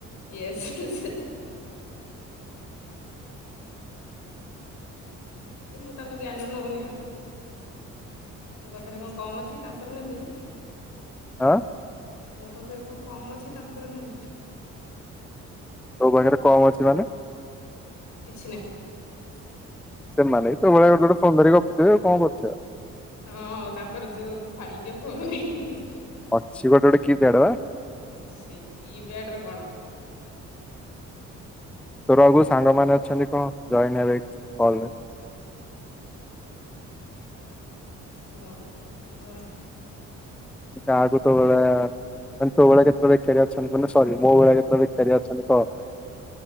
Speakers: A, on the left; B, in the centre.
A: ଏୟସ୍। ଯେ ମୁଁ ତାଙ୍କ ଜ୍ଞାନ ନେଉନି ଆଉ। ମୋ ପାଖରେ କଣ କମ୍ ଅଛି କି ତାଙ୍କର ନେବି ଯେ।
B: ଆ,
A: ମୋ ପାଖରେ କଣ କମ୍ ଅଛି ତାଙ୍କର ନେବେ।
B: ତୋ ପାଖରେ କମ ଅଛି ମାନେ?
A: କିଛି ନାହିଁ।
B: ସେମାନେ ତୋ ଭଳିଆ ଗୋଟେ ଗୋଟେ ଫୋନ ଧରିକି ଗପୁଥିବେ କଣ କରୁଥିବେ।
A: ହଁ ତାଙ୍କର ଯୋଉ ଫାଳିକିଆ ଫୋନ ନାଇଁ କି।
B: ଅଛି ଗୋଟେ ଗୋଟେ କି ପ୍ୟାଡ଼ ବା।
A: ଅଛି କି ପ୍ୟାଡ଼ ରେ କଣ।
B: ତୋର ଆଉ କୋଉ ସାଙ୍ଗ ମାନେ ଅଛନ୍ତି କହ ଜଏନ୍ ହେବେ କଲରେ?
A: ମୋର କଉ ସାଙ୍ଗମାନେ।
B: ତାକୁ ତୋ ଭଳିଆ-ଆ-ଆ-ଆ ମାନେ ତୋ ଭଳିଆ କେତେଟା ବେକାରିଆ ଅଛନ୍ତି ମାନେ ସରି ମୋ ଭଳିଆ କେତେଟା ବେକାରିଆ ଅଛନ୍ତି କହ?